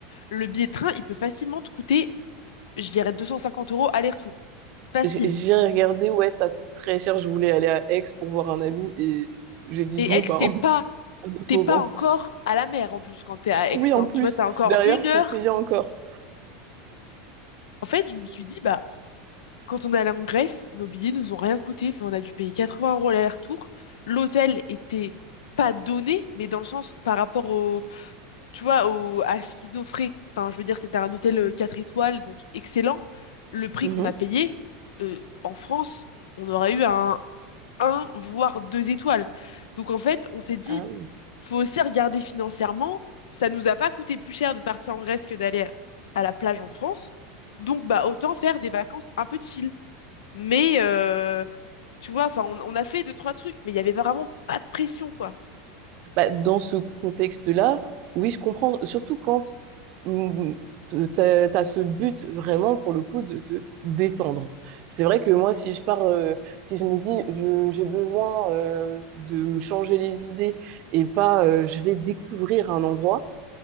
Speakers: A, on the left; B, on the right.
A: le billet de train, il peut facilement te coûter, je dirais, 250 euros aller-retour. Facile.
B: J'ai j'ai regardé, ouais, ça coûte très cher. Je voulais aller à Aix pour voir un ami et j'ai dit,
A: Et
B: bon,
A: Aix,
B: bah,
A: t'es
B: <laughs> on-
A: pas,
B: un autre
A: t'es
B: moment.
A: pas encore à la mer en plus quand t'es à
B: Oui,
A: Aix,
B: en
A: hein.
B: plus,
A: Tu vois, t'as encore
B: derrière,
A: une
B: faut
A: heure.
B: payer encore.
A: En fait, je me suis dit, bah, quand on est allé en Grèce, nos billets nous ont rien coûté. Enfin, on a dû payer 80 euros l'aller-retour. L'hôtel était pas donné, mais dans le sens par rapport au tu vois, au, à ce qu'ils offraient. Enfin, je veux dire, c'était un hôtel euh, 4 étoiles, donc excellent. Le prix
B: Mhm.
A: qu'on a payé, euh, en France, on aurait eu un 1, voire 2 étoiles. Donc, en fait, on s'est dit,
B: Ah oui.
A: faut aussi regarder financièrement. Ça nous a pas coûté plus cher de partir en Grèce que d'aller à la plage en France. Donc, bah, autant faire des vacances un peu chill. Mais, euh, tu vois, enfin, on, on a fait deux, trois trucs, mais il y avait vraiment pas de pression, quoi.
B: Bah, dans ce contexte-là, oui, je comprends. Surtout quand mm, t'as, t'as ce but vraiment, pour le coup, de te détendre. C'est vrai que moi, si je pars, euh, si je me dis, je, j'ai besoin euh, de me changer les idées et pas, euh, je vais découvrir un endroit.